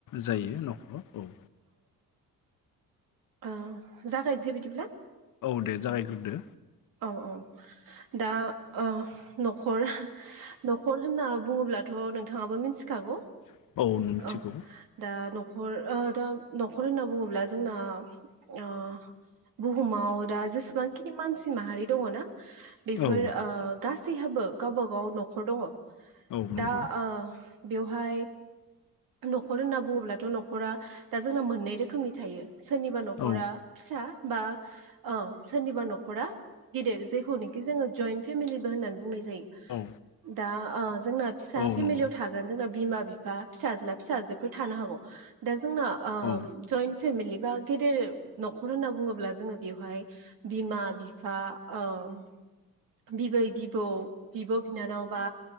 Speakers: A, on the left (about 65°); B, on the right (about 75°).
A: जायो न'खराव औ।
B: ओ जागायनोसै बिदिब्ला?
A: औ दे जागायग्रोदो
B: औ औ दा ओ न'खर न'खर होनना बुङोब्लाथ' नों थाबो मिथि खागौ
A: औ नों मिथिगौ
B: औ दा न नखर ओ दा न'खर होनना बुङोब्ला जोंना ओ बुहुमाव दा जेसेबांखिनि मानसि माहारि दङ ना? बेफोर
A: औ
B: ओ गासैहाबो गावबागाव नखर दङ।
A: औ नंगौ
B: दा ओ बेवहाय न'खर होनना बुङोब्लाथ' न'खरा दा जोंना मोननै रोखोमनि थायो। सोरनिबा न'खरा
A: औ
B: फिसा बा अ सोरनिबा न'खरा गिदिर जायखौनोखि जोङो जयन्ट फेमिलिबो होननानै बुंनाय
A: औ
B: दा ओ जोंना फिसा
A: औ
B: फेमिलियाव
A: नंगौ
B: थागोन जोंना बिमा-बिफा फिसाज्ला फिसाजो बो थानो हौ दा जोंना ओ
A: औ
B: जयेन्ट फेमिलि बा गेदेर न'खर होनना बुङोब्ला जोङो बेवहाय बिमा बिफा ओम बिबै बिबौ बिब बिनानाव बा